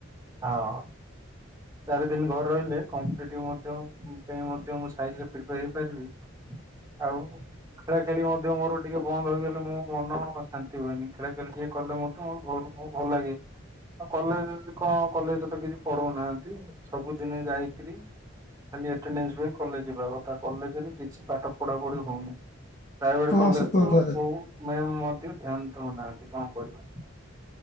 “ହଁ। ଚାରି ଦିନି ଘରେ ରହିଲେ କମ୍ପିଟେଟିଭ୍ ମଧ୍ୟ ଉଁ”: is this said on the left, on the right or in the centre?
Right